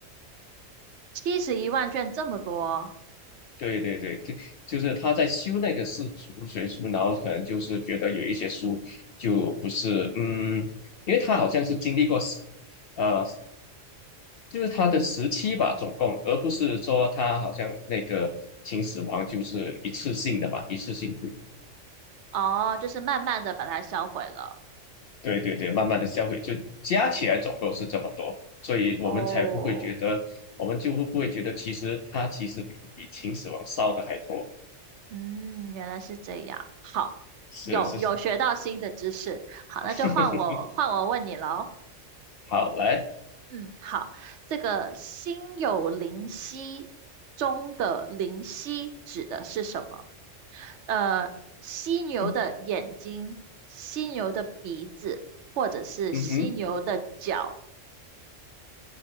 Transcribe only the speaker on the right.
七十一万卷这么多，
哦，就是慢慢的把它销毁了。
哦，
嗯，原来是这样。好，
有有学到新的知识。好，那就换我换我问你喽。
嗯，好，这个心有灵犀中的灵犀指的是什么？呃，犀牛的眼睛、
犀牛的鼻子，或者是犀牛的脚？